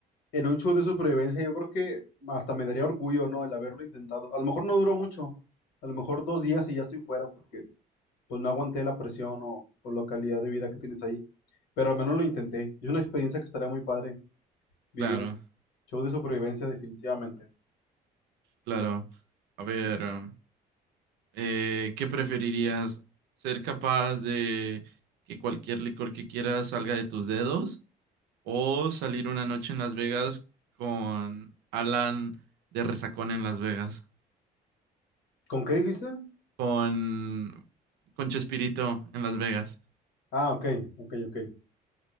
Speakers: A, on the left (about 85°); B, on the right (about 85°).
A: en un show de supervivencia yo creo que hasta me daría orgullo, ¿no? El haberlo intentado. A lo mejor no duró mucho, a lo mejor dos días y ya estoy fuera porque pues no aguanté la presión o, o la calidad de vida que tienes ahí, pero al menos lo intenté. Es una experiencia que estaría muy padre vivir.
B: Claro,
A: Show de supervivencia definitivamente.
B: claro. A ver. um, Eh, ¿qué preferirías? ¿Ser capaz de que cualquier licor que quieras salga de tus dedos? ¿O salir una noche en Las Vegas con Alan de Resacón en Las Vegas?
A: ¿Con qué dijiste?
B: Con, con Chespirito en Las Vegas.
A: Ah, ok, ok, ok.